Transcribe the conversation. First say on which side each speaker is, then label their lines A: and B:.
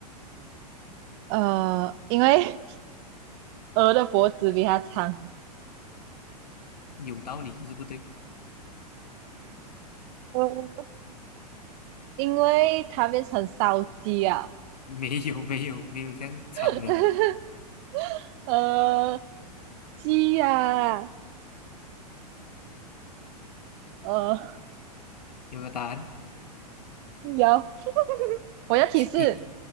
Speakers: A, on the right; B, on the left.
A: 呃，因为 <laughs> 鹅的脖子比它长，
B: 有道理，可是不对。
A: 呃，因为它变成烧鸡啊。
B: 没有没有没有这样残忍，
A: <laughs> 呃，鸡呀、啊呃，
B: 有没有答案？
A: 有，我要提示，
B: <laughs> 一，